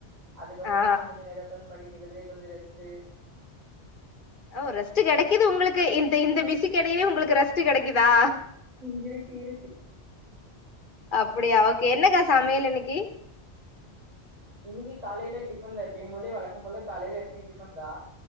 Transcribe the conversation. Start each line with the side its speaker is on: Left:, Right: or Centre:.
Right: அதுக்கப்பறோ
Left: ஆ
Right: நா கொஞ்ச நேர உக்காந்து படிக்கிறது கொஞ்ச ரெஸ்டு
Left: ஓ ரெஸ்டு கெடைக்குது உங்குளுக்கு இந்த இந்த பிசிக்கெடைலியு உங்குளுக்கு ரெஸ்டு கெடைக்குதா
Right: <unintelligible>
Left: அப்படியா ஓகே என்னகா சமையல் இன்னிக்கி
Right: இன்னிக்கு காலைல டிஃபன் தா எப்பயும் போல வளக்கம் போல காலைல எப்பயும் டிஃபன் தா